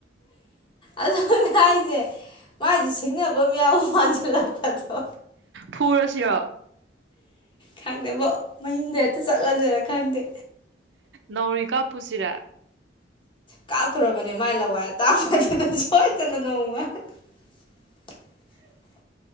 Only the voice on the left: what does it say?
ꯑꯗꯨꯅꯦ ꯍꯥꯏꯥꯁꯦ꯫ ꯃꯥꯏꯗꯤ ꯁꯤꯡꯅꯕ ꯃꯌꯥꯝ ꯃꯥꯟꯁꯤꯜꯂꯛꯄ ꯑꯗꯣ
ꯈꯪꯗꯦꯕꯣ ꯃꯌꯨꯝꯗ ꯍꯦꯛꯇ ꯆꯠꯂꯁꯦꯔ ꯈꯪꯗꯦ꯫
ꯀꯥꯞꯊꯨꯔꯕꯅꯦ ꯃꯥꯏ ꯂꯋꯥꯏ ꯑꯇꯥꯕꯗꯨꯗ ꯁꯣꯏꯗꯅ ꯅꯣꯡꯃ꯫ <inaudible>